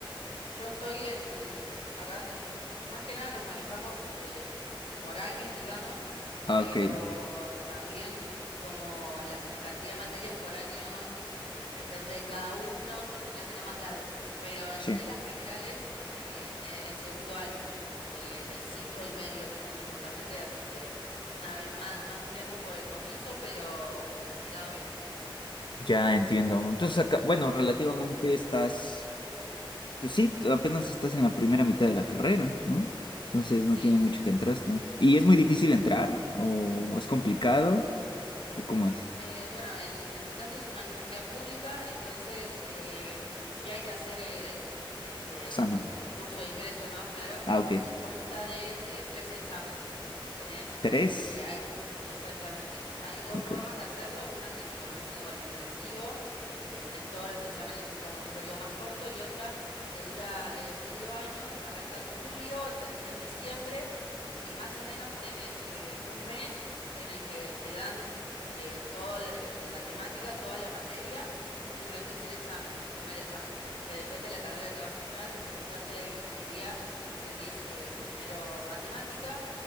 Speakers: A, on the left; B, on the left.
A: Yo estoy en, acá en- más que nada nos manejamos eh, por años, digamos,
B: Ah,
A: pero
B: ok.
A: también como la cantidad de materias por año depende de cada uno, se termina siendo más largo. Pero en
B: Sí.
A: reglas generales, eh, en, en segundo año, de, de cinco y medio que son supuestamente, así que nada, bien, más, más tirando por el comienzo, pero, pero en ese lado bien.
B: Ya entiendo. Entonces, acá, bueno, relativamente estás, pues sí, t- apenas estás en la primera mitad de la carrera, ¿no? Entonces
A: Sí,
B: no tiene
A: sí,
B: mucho
A: sí.
B: que entraste. ¿Y es muy difícil entrar? ¿O es complicado? ¿O cómo es?
A: Eh, bueno, en, en mi caso es una universidad pública, entonces eh, sí hay que hacer eh, el que
B: Examen.
A: se conoce como el curso de ingreso, ¿no? Claro,
B: Ah, ok.
A: y consta de eh, tres exámenes. Tenés,
B: Tres.
A: eh, hay- exactamente, hay dos
B: Ok.
A: formas de hacerlo, una que se la conoce como el intensivo, que tenés todos los exámenes así como en un periodo más corto, y otra que dura eh, medio año, arranca en julio, termina en diciembre, y más o menos tenés eh, un mes en el que te dan eh, toda la, el- la temática, toda la materia y rendís el examen, el primer examen, que depende de la carrera que vas a entrar. En caso de ingeniería, rendís eh, primero matemática,